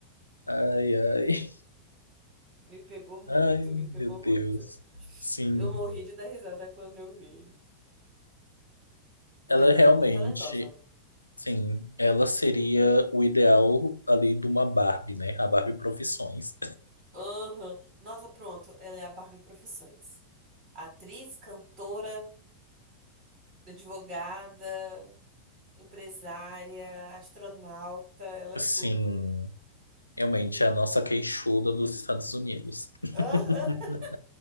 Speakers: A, on the left; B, on the right.
A: <laughs> Ai, ai.
B: Me pegou muito,
A: Ai,
B: me pegou
A: meu Deus.
B: muito.
A: Sim.
B: Eu morri de dar risada quando eu vi.
A: Ela
B: Mas
A: é realmente,
B: ela é muito talentosa.
A: sim, ela seria o ideal ali de uma Barbie, né? A Barbie Profissões.
B: Aham. Nossa, pronto. Ela é a Barbie Profissões. Atriz, cantora, advogada, empresária, astronauta. Ela é
A: Sim,
B: tudo.
A: realmente é a nossa queixuda dos Estados Unidos. <laughs>
B: Aham.